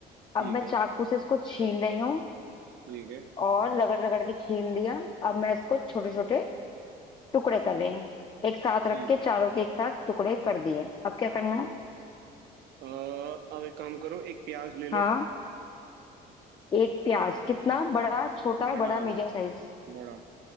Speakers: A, on the left; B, on the right.
A: अब
B: ठीक
A: मैं
B: है
A: चाकू से इसको छील रही हूँ
B: ठीक है
A: और रगड़ रगड़ के छील दिया अब मैं इसको छोटे छोटे टुकड़े कर रही हूँ एक साथ रख
B: ठीक
A: के
B: है
A: चारों के एक साथ टुकड़े कर दिए अब क्या करना
B: ठीक
A: है
B: अ, अब एक काम करो एक प्याज ले
A: हाँ
B: लो
A: एक प्याज कितना बड़ा छोटा
B: बड़ा
A: बड़ा
B: वाला
A: मीडियम साइज
B: बड़ा